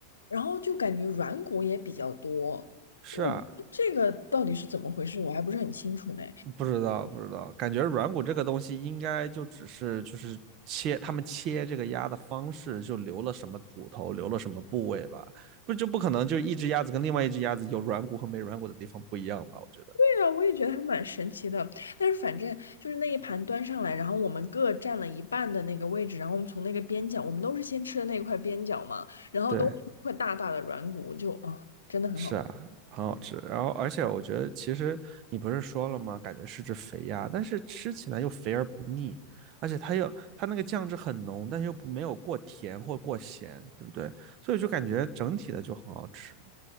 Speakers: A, on the left; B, on the right.
A: 然后就感觉软骨也比较多，
B: 是啊，
A: 我这个到底是怎么回事，我还不是很清楚呢。
B: 不知道，不知道，感觉软骨这个东西应该就只是就是切，他们切这个鸭的方式就留了什么骨头，留了什么部位吧，不就不可能就一只鸭子跟另外一只鸭子有软骨和没软骨的地方不一样吧？我觉得，
A: 对啊，我也觉得还蛮神奇的。但是反正就是那一盘端上来，然后我们各占了一半的那个位置，然后我们从那个边角，我们都是先吃的那一块边角嘛，然后都是一块大大的软骨，
B: 对，
A: 就啊，真的很好。
B: 是啊，很好吃。然后，而且我觉得其实你不是说了吗？感觉是只肥鸭，但是吃起来又肥而不腻，而且它又它那个酱汁很浓，但又没有过甜或过咸，对不对？所以就感觉整体的就很好吃。